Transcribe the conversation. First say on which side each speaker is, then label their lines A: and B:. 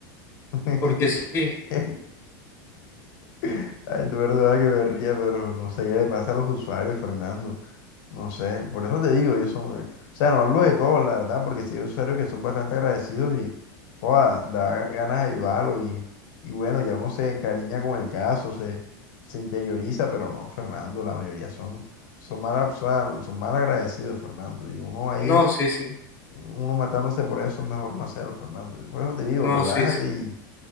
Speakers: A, on the left; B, on the left.
A: <laughs> <laughs>
B: porque sí, sí,
A: Ay, es verdad que me ría, pero no sé qué le pasa a los usuarios, Fernando. No sé, por eso te digo, ellos son, o sea, no hablo de todos, la verdad, porque sí hay usuarios que son bastante agradecidos y, joda, da ganas de ayudarlo y, y bueno, ya uno se encariña con el caso, se, se interioriza, pero no, Fernando, la mayoría son, son mal, o sea, no- son mal agradecidos, Fernando, y uno ahí,
B: no, sí, sí,
A: uno matándose por eso, es mejor no hacerlo, Fernando. Por eso te digo,
B: no,
A: relájate
B: sí, sí.
A: y